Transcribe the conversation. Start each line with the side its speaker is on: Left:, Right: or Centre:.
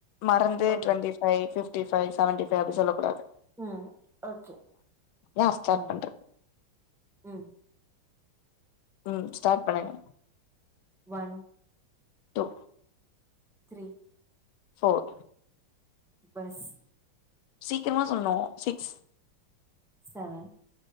Left: மறந்து
Centre: okay
Left: twenty five fifty five seventy five அப்டி சொல்லக்கூடாது.
Centre: ம் ஓகே
Left: யார் ஸ்டார்ட்
Centre: ம்
Left: பண்றது
Centre: ம்
Left: ம் ஸ்டார்ட் பண்ணுங்க.
Centre: One
Left: two
Centre: three
Left: four
Centre: bus
Left: சீக்கிரமா சொல்ணு six
Centre: seven